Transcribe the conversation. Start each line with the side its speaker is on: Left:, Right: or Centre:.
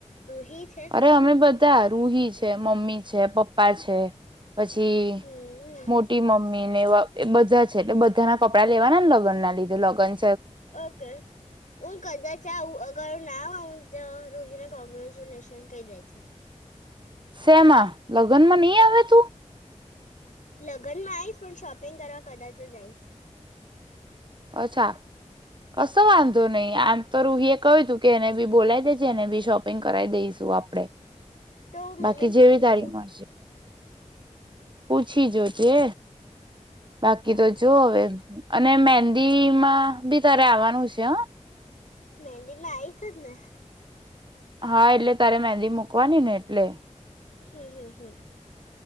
Left: રૂહી છે.
Right: અરે અમે રૂહી છે, મમ્મી છે, પપ્પા છે પછી
Left: હમ
Right: મોટી મમ્મી અનેવા એ બધા છે એટલે બધાના કપડા લેવાના લગન ના લીધું લગન
Left: ઓકે હું કદાચ આવું અગર ના આવ તો રોહિને કોંગ્રેચ્યુલેશન કહી દે છે
Right: શેમા લગ્નમાં નહી આવે તું
Left: લગ્નમાં આવીસ પણ શોપિંગ કરવા કદાચ જ આવીઈસ
Right: અચ્છા કશો વાંધો નહી આમ તો રૂહી એ કહ્યું તું કે એને બી બોલાય દે છે એને બી શોપ કરાવી દઈશું આપડે
Left: તો મમ્મીને
Right: બાકી
Left: પૂછી
Right: જેવી તારી
Left: જવું
Right: મળશે પૂછી જો જે બાકી
Left: હા
Right: તો જુ હવે અને મેન્દી માં બી તારે આવવાનું છે હ
Left: મેંદી માં આઈશ જ ને
Right: હા એટલે તારે મેંદી મુૂકવાની ને એટલે
Left: હમ હમ હમ